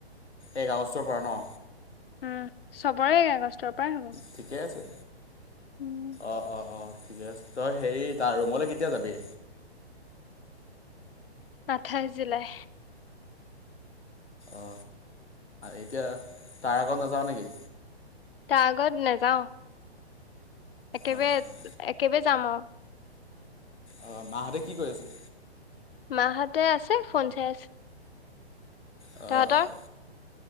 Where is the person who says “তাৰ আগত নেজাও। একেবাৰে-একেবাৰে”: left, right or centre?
Left